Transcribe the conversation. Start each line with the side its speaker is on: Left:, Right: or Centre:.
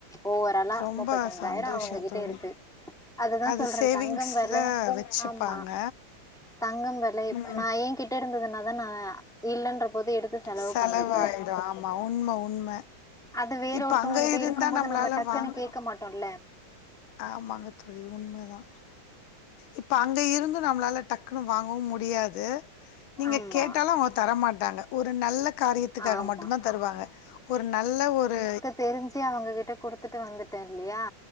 Centre: ஒவராலா
Left: ரொம்ப
Centre: முப்பத்தஞ்சாயிர
Left: சந்தோஷோ
Centre: அவுங்ககிட்ட
Left: தோழி
Centre: இருக்கு அததா
Left: அது
Centre: சொல்றே
Left: சேவிங்ஸ்ல
Centre: தங்கம் வெல
Left: வச்சுப்பாங்க
Centre: ஆமா தங்கம் வெலை இப்ப
Left: ம்
Centre: நா ஏ கிட்ட இருந்ததுனா தா நா இல்லன்ற போது எடுத்து செலவு
Left: செலவாயிடு
Centre: பண்ணிடுறே
Left: ஆமா உண்ம உண்ம
Centre: அது வேற
Left: இப்ப
Centre: ஒருத்தவ்ங்ககிட்ட
Left: அங்க இருந்தா
Centre: இருக்கும் போது
Left: நம்மளால
Centre: நம்ம டக்குன்னு
Left: வாங்
Centre: கேக்க மாட்டோல்ல
Left: ஆமாங்க தோழி உண்மதா இப்ப அங்க இருந்து நம்மளால டக்குன்னு வாங்கவு முடியாது நீங்க
Centre: ஆமா
Left: கேட்டாலு அவ்ங்க தரமாட்டாங்க ஒரு நல்ல காரியத்துக்காக
Centre: ஆமா
Left: மட்டு்ந்தா தருவாக ஒரு நல்ல ஒரு
Centre: தெரிஞ்சே அவ்ங்ககிட்ட குடுத்துட்டு வந்துட்டே இல்லையா